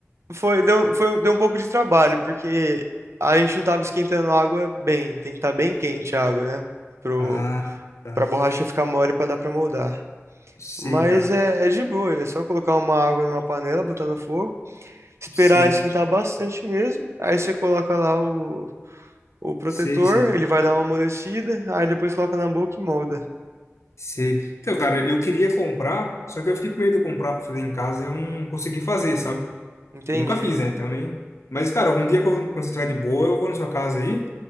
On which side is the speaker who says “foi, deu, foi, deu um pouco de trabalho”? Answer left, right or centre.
Right